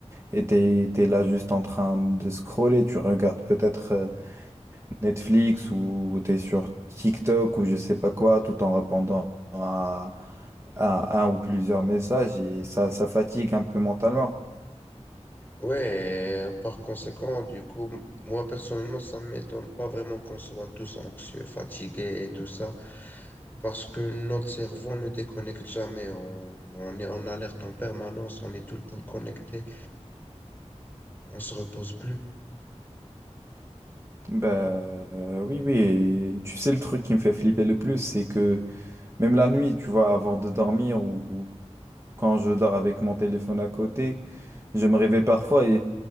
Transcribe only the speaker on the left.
Ouais, et par conséquent, du coup, m- moi personnellement, ça ne m'étonne pas vraiment qu'on soit tous anxieux, fatigués et tout ça, parce que notre cerveau ne déconnecte jamais. On, on est en alerte en permanence, on est tout le temps connecté. On se repose plus.